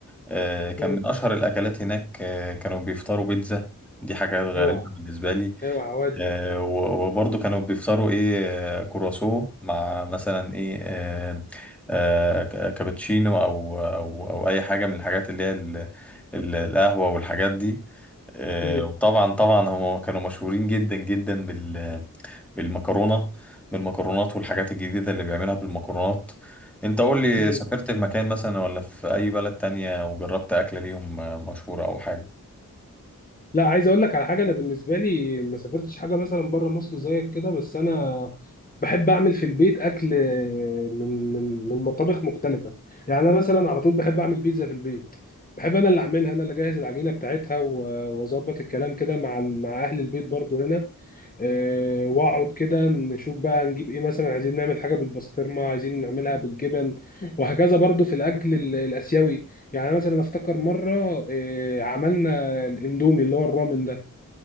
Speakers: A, in the centre; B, on the left.
A: أه كان
B: مم،
A: من اشهر الاكلات هناك أه كانوا بيفطروا بيتزا دي حاجه غريبه
B: اوعى
A: بالنسبه لي
B: اوعى ودي
A: آه، و- وبرضه كانوا بيفطروا ايه آه، كرواسو مع مثلا ايه آه، آه، ك- كابتشينو او او او اي حاجه من الحاجات اللي هي ال- ال- القهوه والحاجات دي آه،
B: مم،
A: وطبعا طبعا هم كانوا مشهورين جدا جدا بال بالمكرونه بالمكرونات والحاجات الجديده اللي بيعملها بالمكرونات انت قول لي
B: مم،
A: سافرت في مكان مثلا ولا في اي بلد تانية وجربت اكله ليهم آه، مشهوره او حاجه
B: لا عايز اقول لك على حاجه انا بالنسبه لي ما سافرتش حاجه مثلا بره مصر زيك كده بس انا بحب اعمل في البيت اكل من من من مطابخ مختلفه يعني انا مثلا على طول بحب اعمل بيتزا في البيت بحب انا اللي اعملها انا اللي اجهز العجينه بتاعتها و- واظبط الكلام كده مع ال- مع اهل البيت برضو هنا آه، واقعد كده نشوف بقى هنجيب ايه مثلا عايزين نعمل حاجه بالبسطرمه عايزين نعملها بالجبن وهكذا برضو في الاكل ال- الاسيوي يعني مثلا افتكر مره آه، عملنا الاندومي اللي هو الرامن ده